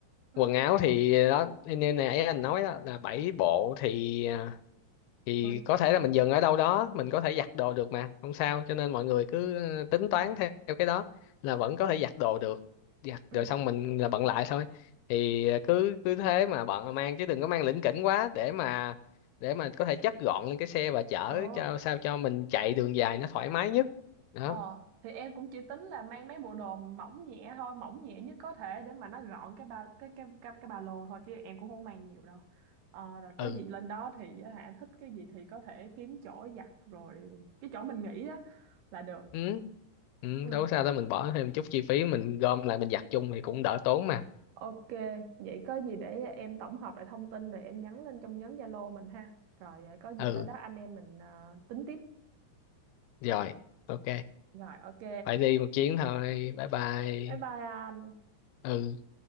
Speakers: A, on the right (about 75°); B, on the left (about 80°).
A: Ừ.
B: quần áo thì à, đó nên nãy anh nói đó là bảy bộ thì à, thì
A: Rồi,
B: có thể là mình dừng ở đâu đó mình có thể giặt đồ được mà không sao cho nên mọi người cứ ờ, tính toán theo theo cái đó là vẫn có thể giặt đồ được giặt
A: Ừ.
B: rồi xong mình là bận lại thôi thì ờ, cứ cứ thế mà bận mang chứ đừng có mang lỉnh kỉnh quá để mà để mà có thể chất gọn lên cái xe và chở
A: ờ,
B: cho sao cho mình chạy đường dài nó thoải mái nhất đó
A: ờ, thì em cũng chỉ tính là mang mấy bộ đồ mỏng nhẹ thôi, mỏng nhẹ nhất có thể để mà nó gọn cái ba cái cái cái, cái ba lô thôi chứ em cũng không mang nhiều đâu. Ờ, rồi có
B: ừ
A: gì lên đó thì á hả thích cái gì thì có thể kiếm chỗ giặt rồi cái chỗ mình nghĩ đó là được.
B: ừ, ừ
A: Ừ.
B: đâu có sao đâu mình bỏ thêm chút chi phí mình gom lại mình giặt chung thì cũng đỡ tốn mà
A: Ok, vậy có gì để em tổng hợp lại thông tin rồi em nhắn lên trong nhóm Zalo mình ha. Rồi ờ, có gì
B: ừ
A: tới đó anh em mình ờ, tính tiếp.
B: rồi ok
A: Rồi ok.
B: phải đi một chuyến thôi bye bye
A: Bye bye anh.
B: ừ